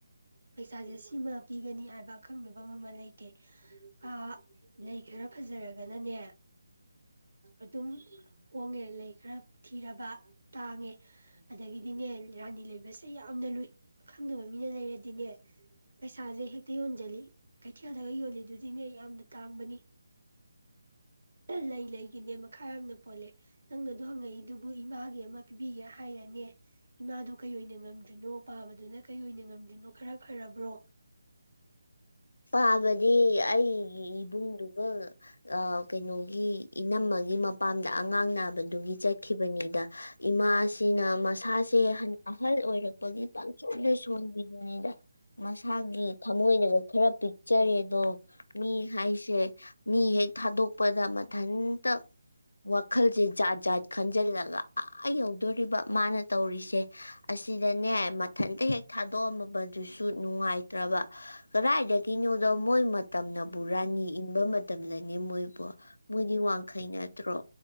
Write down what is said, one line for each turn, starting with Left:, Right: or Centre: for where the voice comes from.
Right: ꯄꯩꯁꯥꯁꯦ ꯁꯤꯃ ꯄꯤꯒꯅꯤ ꯍꯥꯏꯕ ꯑꯀꯛꯅꯕ ꯃꯃꯜ ꯂꯩꯇꯦ ꯑ ꯂꯩ ꯈꯔ ꯐꯖꯔꯒꯅꯅꯦ ꯑꯗꯨꯝ ꯍꯣꯡꯉꯦ ꯂꯩꯈꯔ ꯊꯤꯔꯕ ꯇꯥꯡꯉꯦ ꯑꯗꯒꯤꯗꯤꯅꯦ ꯔꯥꯅꯤ ꯂꯩꯕꯁꯦ ꯌꯥꯝꯅ ꯂꯨꯏ ꯈꯪꯗꯕ ꯃꯤꯅ ꯂꯩꯔꯗꯤꯅꯦ ꯄꯩꯁꯥꯁꯦ ꯍꯦꯛꯇ ꯌꯣꯟꯖꯟꯂꯤ ꯀꯩꯊꯦꯜꯗꯒ ꯌꯣꯟꯂꯤꯗꯨꯗꯤ ꯅꯦ ꯌꯥꯝꯅ ꯇꯥꯡꯕꯅꯤ ꯂꯩ ꯂꯩꯒꯤꯅꯦ ꯄꯈꯥ ꯌꯥꯝꯅ ꯄꯣꯟꯂꯦ ꯅꯪꯅ ꯑꯗꯨ ꯍꯪꯂꯛꯏ ꯗꯨꯕꯨ ꯏꯃꯥꯒꯤ ꯑꯃ ꯄꯤꯕꯤꯒꯦ ꯍꯥꯏꯔꯅꯦ ꯏꯃꯥꯗꯣ ꯀꯩꯑꯣꯏꯅ ꯉꯝꯗ꯭ꯔꯤꯅꯣ ꯄꯥꯕꯗꯨꯅ ꯀꯩ ꯑꯣꯏꯅ ꯉꯝꯈ꯭ꯔꯤꯅꯣ ꯈꯔ ꯐꯔꯕꯣ
Left: ꯑ ꯕꯗꯤ ꯑꯩꯒꯤ ꯏꯕꯨꯡꯗꯨ ꯎꯡ ꯑ ꯀꯩꯅꯣꯒꯤ ꯏꯅꯝꯃꯒꯤ ꯃꯄꯥꯝꯗ ꯑ ꯉꯥꯡ ꯅꯕꯗꯨꯒꯤ ꯆꯠꯈꯤꯕꯅꯤꯗ ꯏꯃꯥꯁꯤꯅ ꯃꯁꯥꯁ ꯑꯦ ꯍꯟ ꯑꯍꯜ ꯑꯣꯏꯔꯛ ꯄꯒꯤ ꯄꯪꯁꯣꯟꯗ ꯁꯣꯟꯕꯤ <inaudible> ꯗ ꯃꯁꯥꯒꯤ ꯊꯃꯣꯏꯅꯒ ꯈꯔ ꯄꯤꯛꯆꯔꯦꯗꯣ ꯃꯤ ꯍꯥꯏꯁꯦ ꯃꯤ ꯍꯦꯛ ꯊꯥꯗꯣꯛꯄꯗ ꯃꯊꯟꯇ ꯋꯥꯈꯜꯖꯦ ꯖꯥꯠ ꯖꯥꯠ ꯈꯟꯖꯟꯂ ꯒ ꯑ ꯌꯧꯗꯧꯔꯤꯕ ꯃꯥꯅ ꯇꯧꯔꯤꯁꯦ ꯑꯁꯤꯗꯅꯦ ꯃꯊꯟꯇ ꯍꯦꯛ ꯊꯥꯗꯣꯛꯑꯝ ꯃꯕ ꯁꯨ ꯅꯨꯡꯉꯥꯏꯇ꯭ꯔꯕ ꯀꯔꯥꯏꯗꯒꯤꯅꯣꯗ ꯃꯣꯏ ꯃ ꯇꯝꯅꯕꯨ ꯔꯥꯅꯤ ꯏꯟꯕ ꯃꯇꯝꯂꯅꯦ ꯃꯣꯏꯕꯣ ꯃꯣꯏꯗꯤ ꯋꯥꯡꯈꯩ ꯅꯠꯇ꯭ꯔꯣ